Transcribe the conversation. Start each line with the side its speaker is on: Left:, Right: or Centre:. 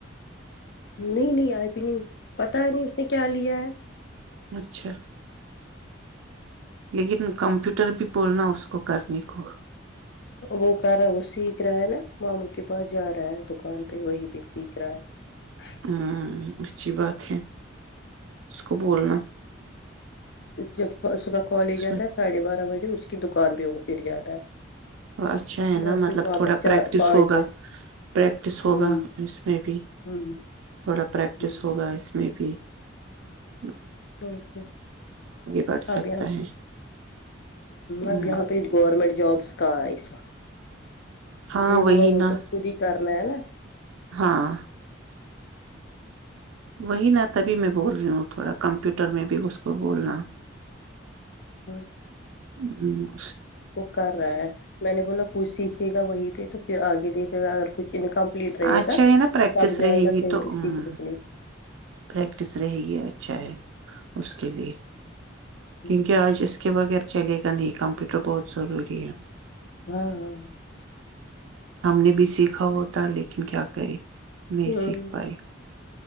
Left: نہیں نہیں آئی پی نہیں پتا ہے نہیں اس نے کیا لیا ہے
Right: اچھا لیکن کمپیوٹر بھی بولنا اس کو کرنے کو
Left: وہ کر رہا وہ سیکھ رہا ہے نا ماموں کے پاس جا رہا ہے دکان پہ وہی پہ سیکھ رہا ہے
Right: ہوں اچھی بات ہے کو بولنا
Left: جب صبح کالج
Right: اس میں
Left: آتا ہے ساڑھے بارہ بجے اس کی دکان پہ وہ پھر جاتا ہے
Right: تو اچھا ہے نا
Left: وہ
Right: مطلب
Left: پھر واپس
Right: تھوڑا
Left: چار
Right: پریکٹس
Left: پانچ
Right: ہوگا
Left: بجے
Right: پریکٹس ہوگا
Left: ہوں
Right: اس میں بھی
Left: ہوں
Right: تھوڑا پریکٹس
Left: ہ
Right: ہوگا اس میں بھی جی <unintelligible>
Left: کیا
Right: بڑھ سکتا
Left: اب ہ
Right: ہے ہ
Left: اب پ گورمٹ <unintelligible> جابس کا اس
Right: ہاں
Left: جو
Right: وہی
Left: ہوگا وہ
Right: نا
Left: تو خود ہی کرنا ہے نا
Right: ہاں وہی نا تبھی میں بول رہی ہوں تھوڑا کمپیوٹر میں بھی اس کو بولنا
Left: ہوں ہ <unintelligible>
Right: ا ہ <unintelligible>
Left: وہ کر رہا ہے میں نے بولا کچھ سیکھے گا وہی پہ تو پھر آگے دیکھے گا اگر کچھ انکمپلیٹ رہے
Right: اچھا
Left: گا
Right: ہے نا پریکٹس
Left: تب جائے
Right: رہے
Left: گا
Right: گی
Left: کہیں
Right: تو
Left: پہ
Right: ہ
Left: سیکھنے کے لیے
Right: پریکٹس رہے گی اچھا ہے اس کے لیے کیونکہ
Left: ہوں
Right: آج اس کے بغیر چلے گا نہیں کمپیوٹر بہت ضروری ہے
Left: ہوں ہ <unintelligible>
Right: ہم نے بھی سیکھا ہو پ لیکن کیا کرے نہیں
Left: ہوں
Right: سیکھ پائے <inaudible>